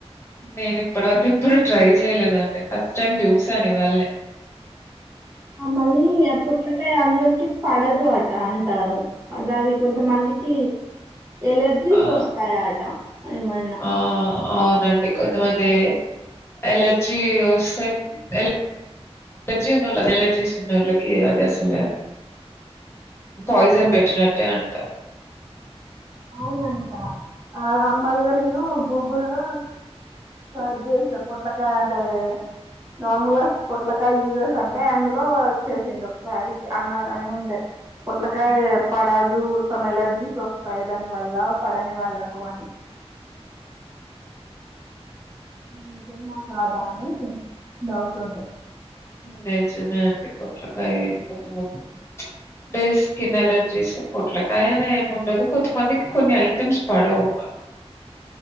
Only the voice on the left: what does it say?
నేన్ ఇప్పట్ వరక్ ఎప్పుడు ట్రై చేయలేదండి ఫస్ట్ టైం చూసాను ఇవాల్నే
ఆ
ఆ అవునండి కొంతమంది ఎలర్జీ సై ఎలా ఎలర్జీ ఉన్నోళ్లకి ఎలర్జీస్ ఉన్నోళ్ళకి అది అసలు పయిసన్ పెట్ ట్టి నట్టె అంట
హ్మ్.
నిజమే అండి పొట్లకాయ కొంతమందికి అంటే స్కిన్ ఎలర్జీస్ పొట్లకాయ అని ఏమి ఉండదు కొంతమందికి కొన్ని ఐటమ్స్ పడవు